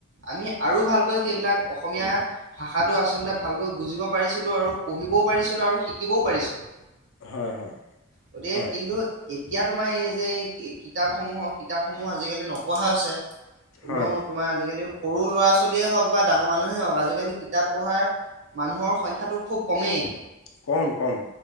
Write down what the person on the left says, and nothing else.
হয় হয়
হয়,
হয়,
কম কম